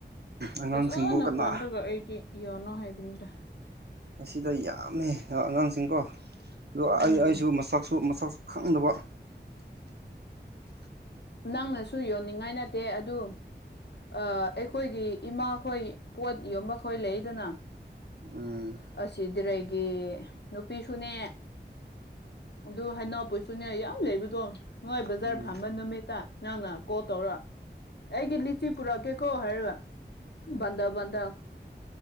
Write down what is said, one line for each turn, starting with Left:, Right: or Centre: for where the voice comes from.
Right: ꯑꯉꯥꯡꯁꯤꯡꯕꯨ
Left: ꯐꯖꯅ
Right: ꯀꯅꯥ
Left: ꯄꯥꯟꯗ꯭ꯔꯒ ꯑꯩꯗꯤ <unintelligible> ꯍꯥꯏꯕꯅꯤꯗ
Right: ꯑꯁꯤꯗ ꯌꯥꯝꯃꯦ ꯑꯉꯥꯡꯁꯤꯡꯀꯣ
Left: ꯎꯝ
Right: ꯑ <unintelligible> ꯃꯁꯛꯁꯨ ꯃꯁꯛꯁꯨ ꯈꯪꯗꯕ <unintelligible>
Left: ꯅꯪꯅꯁꯨ ꯌꯣꯟꯅꯤꯡꯉꯥꯏ ꯅꯠꯇꯦ ꯑꯗꯨ ꯑꯩꯈꯣꯏꯒꯤ ꯏꯃꯥꯈꯣꯏ ꯄꯣꯠ ꯌꯣꯟꯕ ꯈꯣꯏ ꯂꯩꯗꯅ
Right: ꯎꯝ
Left: <unintelligible> ꯅꯨꯄꯤꯁꯨꯅꯦ ꯑꯗꯨ <unintelligible> ꯄꯨꯁꯨꯅꯦ ꯌꯥꯝ ꯂꯩꯕꯗꯣ ꯅꯣꯏ ꯕꯖꯥꯔ
Right: ꯎꯝ
Left: ꯐꯥꯝꯕ ꯅꯨꯃꯤꯠꯇ ꯅꯪꯅ ꯀꯣꯜ ꯇꯧꯔ ꯑꯩꯒꯤ ꯂꯤꯆꯤ ꯄꯨꯔꯛꯀꯦꯀꯣ ꯍꯥꯏꯔꯒ <unintelligible>